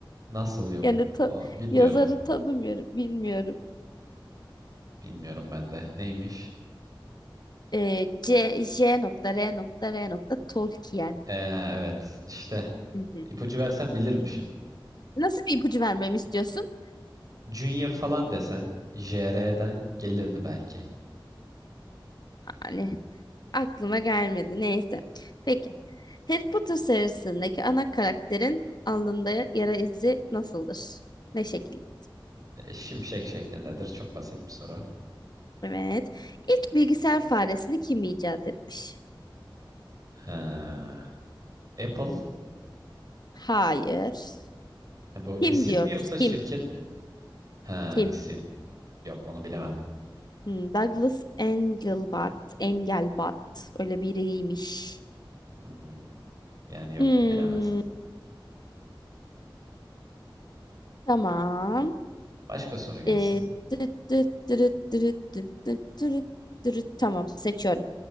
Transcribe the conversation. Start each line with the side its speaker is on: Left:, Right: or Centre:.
Right: Nasıl yok?
Left: Yani tan-
Right: O bilmiyorum.
Left: yazarı tanımıyorum. Bilmiyorum.
Right: Bilmiyorum ben de. Neymiş?
Left: Ee, C, J nokta, R nokta, R nokta Tolkien.
Right: Ee, evet işte
Left: Hı hı.
Right: ipucu versen bilirmişim.
Left: Nasıl bir ipucu vermemi istiyorsun?
Right: Junior falan desen JR'den gelirdi belki.
Left: Yani aklıma gelmedi. Neyse. Peki. Harry Potter serisindeki ana karakterin alnında yara izi nasıldır? Ne şekilde?
Right: E, Şimşek şeklindedir. Çok basit bir soru.
Left: Evet. İlk bilgisayar faresini kim icat etmiş?
Right: Ha. Apple.
Left: Hayır.
Right: Ha, bu
Left: Kim
Right: isim
Left: diyoruz?
Right: mi yoksa şirket
Left: Kim?
Right: mi? Ha,
Left: Kim?
Right: isim. Yok onu bilemem.
Left: Hmm, Douglas Engelbart. Engelbart. Öyle biriymiş.
Right: Hmm. Yani yok
Left: Hmm,
Right: bilemezdim.
Left: tamam.
Right: Başka soru gelsin.
Left: Ee, dırıt dırıt dırıt dırıt dırıt dırıt dırıt dırıt. Tamam seçiyorum.